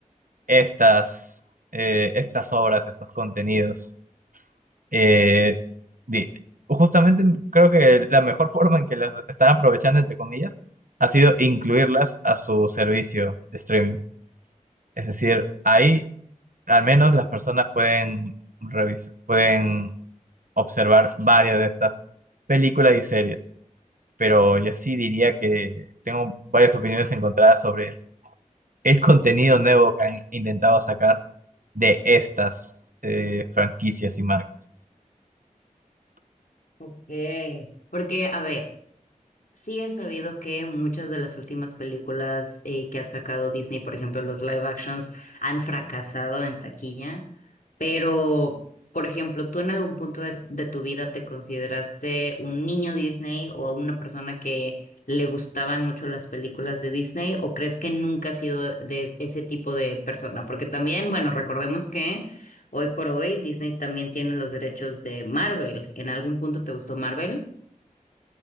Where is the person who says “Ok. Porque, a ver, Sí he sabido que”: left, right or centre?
Left